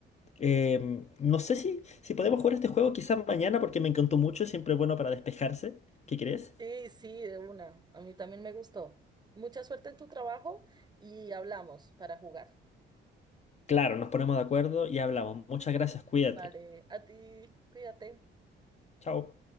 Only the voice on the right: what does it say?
Sí, sí, de una. A mí también me gustó. Mucha suerte en tu trabajo y hablamos para jugar.
Vale, a ti, cuídate.